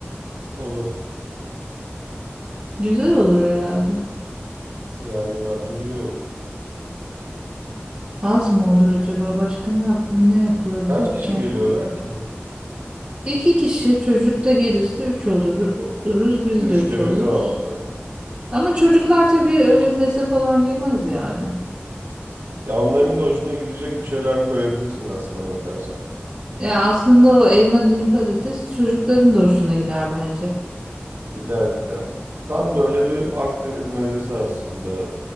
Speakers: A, on the right; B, on the right.
A: Olur.
B: Güzel olur herhalde.
A: Yani bence güzel olur.
B: Az mı olur acaba? Başka ne yap- ne yapılabilir
A: Kaç kişi
B: ki?
A: geliyorlar ki?
B: İki kişi çocuk da gelirse üç olur, oluruz. Biz
A: Üçte
B: de üç oluruz.
A: biz altı.
B: Ama çocuklar tabii öyle meze falan yemez yani.
A: Ya onların da hoşuna gidecek bir şeyler koyabilirsin aslına bakarsan.
B: Ya aslında o elma dilim patates çocukların da hoşuna gider bence.
A: Gider gider. Tam böyle bir Akdeniz mezesi aslında